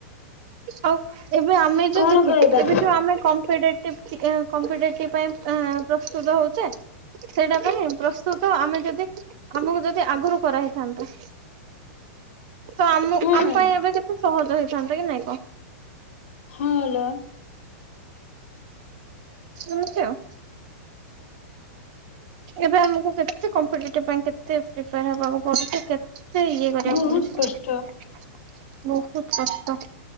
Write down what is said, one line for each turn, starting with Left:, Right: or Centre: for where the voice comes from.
Right: ଆଉ ଏବେ ଆମେ ଯୋଉ
Left: କଣ
Right: ଦେଖେ
Left: କହିବା
Right: ଏବେ ଯୋଉ ଆମେ କମ୍ପିଟେଟି ଟିଭ ଥି ଆଁ କମ୍ପିଟେଟିଭ ପାଇଁ ଆଁ ପ୍ରସ୍ତୁତ ହଉଚେ। ସେଇଟା ପାଇଁ ପ୍ରସ୍ତୁତ ଆମେ ଯଦି ଆମକୁ ଯଦି ଆଗରୁ କରାହେଇଥାନ୍ତା। ତ ଆମୁ
Left: ହୁଁ
Right: ଆମ ପାଇଁ ଏବେ କେତେ ସହଜ ହେଇଥାନ୍ତା କି ନାଇଁ କ।
Left: ହଁ ଲୋ।
Right: ଇମିତି ଆଉ। ଏବେ ଆମକୁ କେତେ କମ୍ପିଟେଟିଭ ପାଇଁ କେତେ ପ୍ରିପେଆର ହବାକୁ। ପଡୁଚି କେତେ ଇଏ କରିବାକୁ
Left: ବହୁତ
Right: ପଡୁଚି
Left: କଷ୍ଟ।
Right: ବହୁତ କଷ୍ଟ।